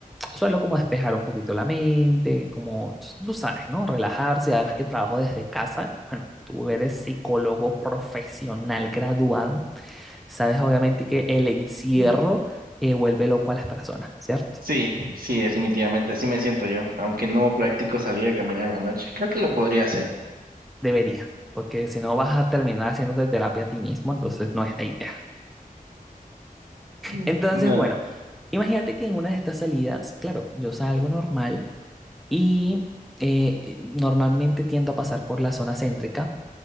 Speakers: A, in the centre; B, on the right.
A: suelo como despejar un poquito la mente, como tú tú sabes, ¿no? Relajarse, además que trabajo desde casa. Bueno, tú eres psicólogo profesional graduado, sabes obviamente que el encierro
B: Mm.
A: eh, vuelve loco a las personas, ¿cierto?
B: Sí, sí, definitivamente. Así me siento yo. Aunque no practico salir a caminar en la noche. Creo que lo podría hacer.
A: Debería, porque si no vas a terminar haciéndote terapia a ti mismo, entonces no es la idea.
B: Mm.
A: Entonces,
B: No.
A: bueno, imagínate que en una de estas salidas, claro, yo salgo normal y eh, normalmente tiendo a pasar por la zona céntrica